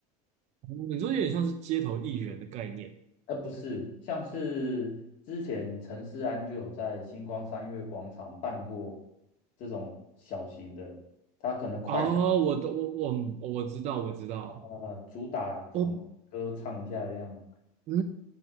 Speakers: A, on the right (about 35°); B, on the left (about 40°).
A: 哦你说有点像是街头艺人的概念
B: 呃，不是，像是之前陈世安就有在星光三月广场办过这种小型的，他可能快闪
A: 哦，我的我我我知道我知道，
B: 啊、主打什么歌唱一下这样。
A: 哦，嗯